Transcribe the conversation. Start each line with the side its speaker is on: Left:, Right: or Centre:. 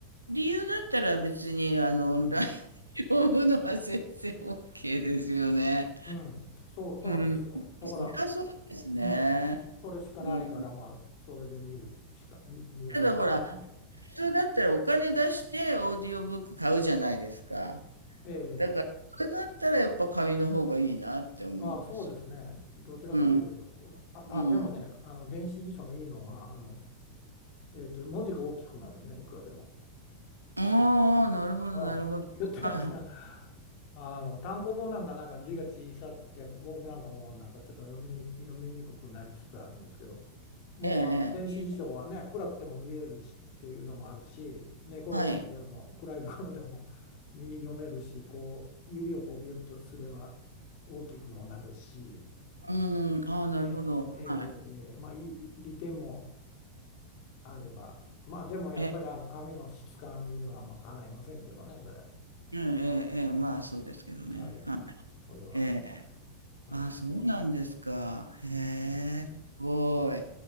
Right: 理由だったら別に、あの、オンラインで読むのは先生
Left: うん。
Right: OK ですよね。
Left: うん。そう、そうなんですよ。
Right: うん。
Left: だから、
Right: そりゃそうですね。
Left: うん。それしかないから、
Right: うん
Left: まあ、それで見るしか、み見られるからね。
Right: ただほら、普通だったらお金出してオーディオブック買うじゃないですか。
Left: ええ。
Right: だから、それだったらやっぱ紙の方がいいなって思うんですよ。
Left: ああ、そうですね。どちらかといえばそうです。
Right: うん。
Left: あ、
Right: うん。
Left: あ、でもね、あの、電子辞書のいいのは、あの、えっと、文字が大きくなるね、いくらでも。
Right: ああ、なるほど、
Left: うん、
Right: なるほど。
Left: コンピューターやったら、
Right: は
Left: あの、単行本なんかなんか字が小さくて、僕なんかもうなんかちょっと読みに、読みにくくなりつつあるんですけど、
Right: い。
Left: もうあの電子辞書はね、
Right: ええ、ええ。
Left: 暗くても見えるしっていうのもあるし、寝転がってでも暗いところでも見読めるし、
Right: はい。
Left: こう指をこうビュッとすれば大きくもなるし、
Right: うん、ああ、なるほど。
Left: ええ、ええ、
Right: はい。
Left: ええまあいいいい利点もあれば、まあでもやっぱりあの紙の質感にはまあかないませんけどね、
Right: え、
Left: それ。
Right: ええ、ええ、ええ、まあそうですけどね。
Left: はい。
Right: はい。
Left: それはあります。
Right: ええ。
Left: はい。
Right: ああ、そうなんですか。へ
Left: はい。
Right: え、すごい。